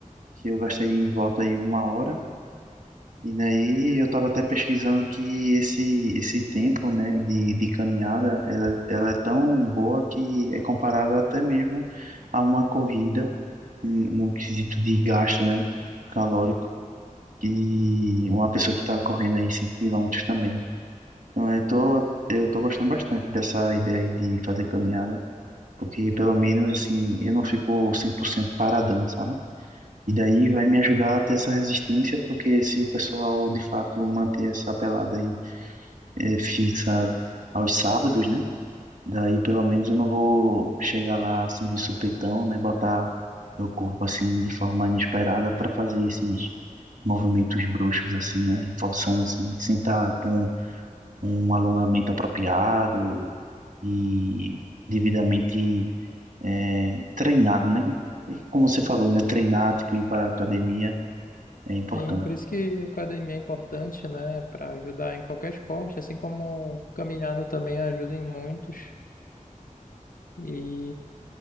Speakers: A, on the right; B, on the left.
A: Que eu gastei em volta aí uma hora. E daí eu estava até pesquisando que esse, esse tempo, né, de, de caminhada, ela, ela é tão boa que é comparável até mesmo a uma corrida, hum, num quesito de gasto, né, calórico, que uma pessoa que está correndo aí 5 quilômetros também. Então eu tô, eu tô gostando bastante dessa ideia aí de fazer caminhada. porque pelo menos assim eu não fico 100% paradão, sabe? E daí vai me ajudar a ter essa resistência, porque se o pessoal de fato manter essa pelada aí é, fixa aos sábados, né? Daí pelo menos eu não vou chegar lá assim de supetão, né? Botar meu corpo assim de forma inesperada para fazer esses movimentos bruxos assim, né? Forçando assim, sem estar com um alongamento apropriado e devidamente é, treinado, né? E como você falou, né? Treinar, tipo, ir para academia é importante.
B: Sim, por isso que academia é importante, né? Pra ajudar em qualquer esporte, assim como caminhada também ajuda em muitos. E,